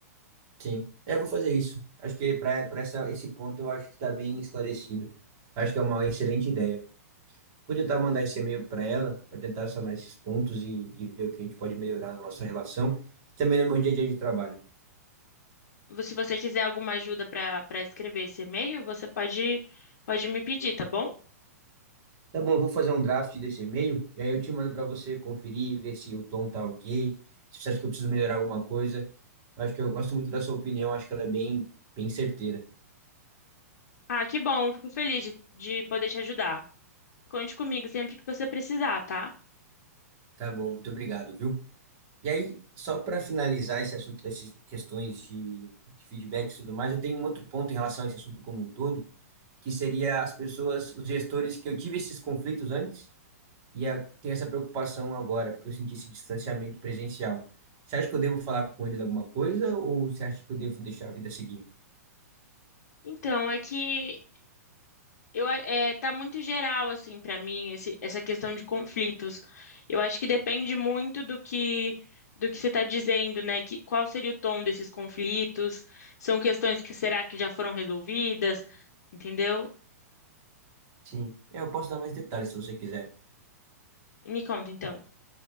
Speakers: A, on the right (about 40°); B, on the left (about 70°).
A: Sim. É, eu vou fazer isso. Acho que para essa esse ponto eu acho que está bem esclarecido. Acho que é uma excelente ideia. Vou tentar mandar esse e-mail para ela, para tentar sanar esses pontos e, e ver o que a gente pode melhorar na nossa relação e também no meu dia a dia de trabalho.
B: Vo- Se você quiser alguma ajuda para para escrever esse e-mail, você pode, pode me pedir, tá bom?
A: Tá bom, eu vou fazer um draft desse e-mail e aí eu te mando para você conferir, ver se o tom tá ok, se você acha que eu preciso melhorar alguma coisa. Acho que eu gosto muito da sua opinião, acho que ela é bem, bem certeira.
B: Ah, que bom, fico feliz de, de poder te ajudar. Conte comigo sempre que você precisar, tá?
A: Tá bom, muito obrigado, viu? E aí, só para finalizar esse assunto dessas questões de, de feedback e tudo mais, eu tenho um outro ponto em relação a esse assunto como um todo, que seria as pessoas, os gestores que eu tive esses conflitos antes e a, tenho essa preocupação agora, porque eu senti esse distanciamento presencial. Você acha que eu devo falar com eles alguma coisa ou você acha que eu devo deixar a vida seguir?
B: Então, é que Eu, a- é, tá muito geral, assim, pra mim, esse- essa questão de conflitos. Eu acho que depende muito do que, do que você está dizendo, né? Que, qual seria o tom desses conflitos? São questões que será que já foram resolvidas? Entendeu?
A: Sim, é, eu posso dar mais detalhes se você quiser.
B: Me conta, então.